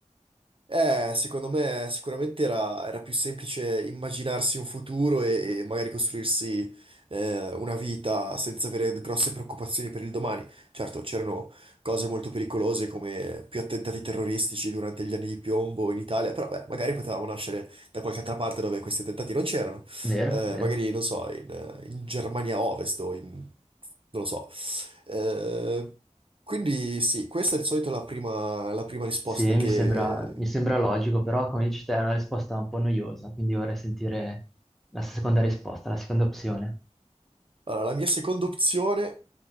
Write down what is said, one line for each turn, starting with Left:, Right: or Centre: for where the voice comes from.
Right: Eh, secondo me sicuramente era, era più semplice immaginarsi un futuro e, e magari costruirsi eh, una vita senza avere grosse preoccupazioni per il domani. Certo, c'erano cose molto pericolose come più attentati terroristici durante gli anni di piombo in Italia, però beh, magari potevamo nascere da qualche altra parte dove questi attentati non c'erano.
Centre: Vero,
Right: Eh,
Centre: vero.
Right: magari, non so, in, eh, in Germania Ovest o in... non lo so. Eh, quindi sì, questa è di solito la prima, la prima risposta
Centre: Sì, mi
Right: che
Centre: sembra, mi sembra logico, però come dici te è una risposta un po' noiosa, quindi vorrei sentire la seconda risposta, la seconda opzione.
Right: Allora, la mia seconda opzione